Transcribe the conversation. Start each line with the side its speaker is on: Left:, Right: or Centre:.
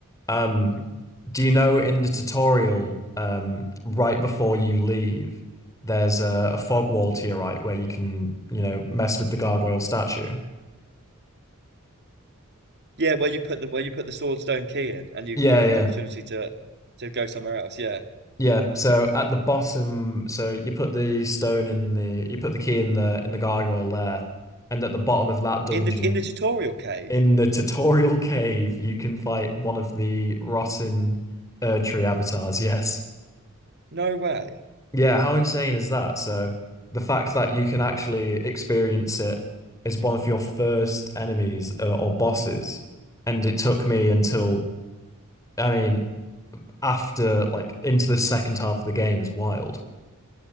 Left: Um,
Right: <laughs>
Left: do you know in the tutorial, um, right before you leave, there's a, a fog wall to your right where you can, you know, mess with the gargoyle statue.
Right: Yeah, where you put the where you put the Swordstone key in, and you
Left: Yeah,
Right: you have
Left: yeah,
Right: the opportunity to to go somewhere else. Yeah,
Left: yeah. So at the bottom, so you put the stone in the, you put the key in the in the gargoyle there, and at the bottom of that dungeon,
Right: in the in the tutorial cave.
Left: In the tutorial cave, you can fight one of the rotten Erdtree avatars, yes.
Right: No way.
Left: Yeah, how insane is that? So the fact that you can actually experience it as one of your first enemies uh, or bosses, and it took me until, I mean, after like into the second half of the game is wild.